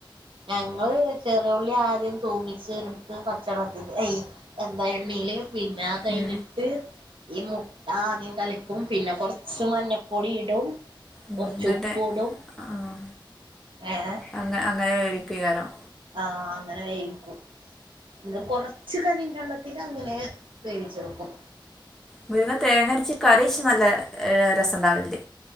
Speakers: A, on the right; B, in the centre.
A: ഞങ്ങള് ചെറിയുള്ളി ആദ്യം തൂമിച്ച് എട്ത്ത് പച്ചെള്ളത്തിൽ ഐ. എന്താ എണ്ണീല് പിന്നെ ആ കഴിഞ്ഞിട്ട്
B: ഉം
A: ഈ മുട്ട ആദ്യം കലക്കും പിന്നെ കൊറച്ച് മഞ്ഞപ്പൊടി ഇടും
B: ഉം
A: കൊറച്ചു
B: എന്നിട്ട്
A: ഉപ്പൂടും
B: ആഹ്
A: ഏഹ്
B: അങ്ങെ അങ്ങനെ വേവിക്കയ്ക്കാരം.
A: ആഹ് അങ്ങനെ വേവിക്കും ഇന്ന് കൊറച്ച് കഞ്ഞിന്റള്ളത്തില് അങ്ങനെ വേവിച്ചെട്ക്കും
B: മുര്ങ്ങ തേങ്ങഅര്ച്ച് കറിച്ച് നല്ല ഹ് രസണ്ടാവൽണ്ട്.